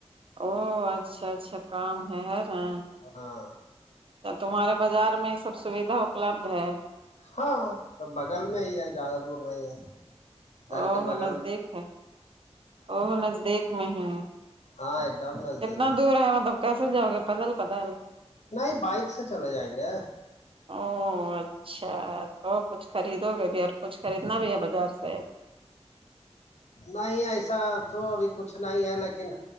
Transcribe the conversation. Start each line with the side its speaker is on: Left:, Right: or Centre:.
Right: او اچھا اچھا کام ہے ہےا
Left: ہاں
Right: اب تمہارے بازار میں یہ سب سویدھا اپلبدھ ہے
Left: ہاں سب بغل میں ہی ہے زیادہ دور نہیں ہے گھر
Right: او
Left: کے بغل
Right: نزدیک
Left: میں
Right: ہے ا نزدیک میں ہے
Left: ہاں ایک دم نزدیک
Right: کتنا دور ہے مطلب کیسے جؤ گے پتال پتا ہے
Left: نہیں بائک سے چلے جائیں گے
Right: او اچھا تو کچھ خریدو گے بھی اور کچھ خریدنا بھی ہے بازار سے
Left: نہیں ایسا تو ابھی کچھ نہیں ہے لیکن